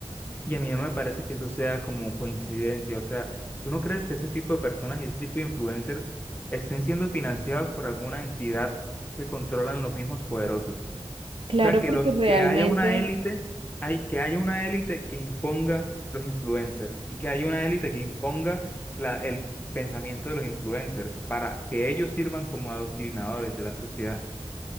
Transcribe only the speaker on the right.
Claro,
porque
realmente,